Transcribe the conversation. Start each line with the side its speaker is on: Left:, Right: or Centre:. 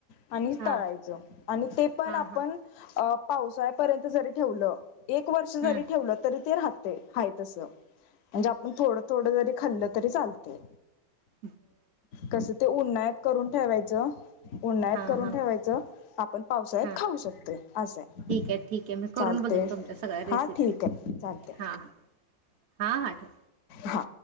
Left: आणि
Right: हां
Left: तळायचं आणि ते पण
Right: हां
Left: आपण
Right: हां
Left: पावसाळ्यापर्यंत जरी ठेवलं एक वर्ष जरी
Right: हम्म
Left: ठेवलं तरी ते राहते हाय तसं म्हणजे आपण थोडं थोडं जरी खाल्लं तरी चालते
Right: ह
Left: कस ते उन्हाळत करून ठेवायचं उन्हाळत
Right: हां
Left: करून
Right: हां
Left: ठेवायचं आपण पावसाळ्यात
Right: हां
Left: खाऊ शकतेय असं आहे
Right: ठीक आहे ठीक आहे मी करून
Left: चालते
Right: बघेन तुमच्या सगळ्या रेसिपी
Left: हा ठीक आहे चालते
Right: हा हा हा ठे
Left: हा